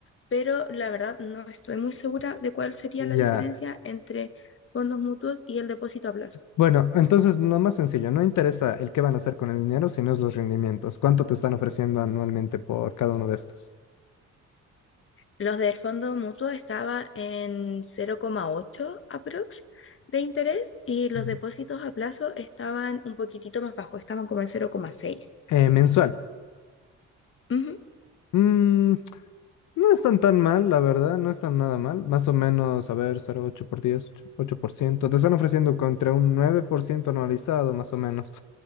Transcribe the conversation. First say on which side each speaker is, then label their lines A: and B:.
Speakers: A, on the left (about 45°); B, on the left (about 80°).
A: pero la verdad no estoy muy segura de cuál sería
B: Ya.
A: la diferencia entre fondos mutuos y el depósito a plazo.
B: Bueno, entonces lo más sencillo, no interesa el qué van a hacer con el dinero, sino es los rendimientos. ¿Cuánto te están ofreciendo anualmente por cada uno de estos?
A: Los del fondo mutuo estaba en 0,8 aprox de interés y los
B: Mm.
A: depósitos a plazo estaban un poquitito más bajos, estaban como en 0,6.
B: Eh, mensual.
A: Ujú,
B: Mm, No están tan mal, la verdad, no están nada mal. Más o menos, a ver, cero coma ocho por diez, ocho ocho por ciento, Te están ofreciendo contra un 9% anualizado, más o menos.